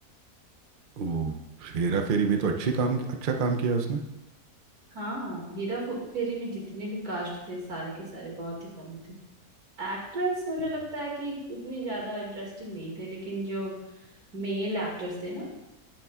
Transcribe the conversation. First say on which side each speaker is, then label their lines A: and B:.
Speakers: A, on the right; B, on the right.
A: वो हेरा फेरी में तो अच्छी काम अच्छा काम किया उसने
B: हाँ हीरा फो- फेरी में जितने भी कास्ट थे सारे के सारे बहुत ही फनी थे एक्ट्रेस मुझे
A: हम्म।
B: लगता है कि उतनी ज्यादा इंटरेस्टिंग नहीं थे लेकिन जो मेल एक्टर्स थे ना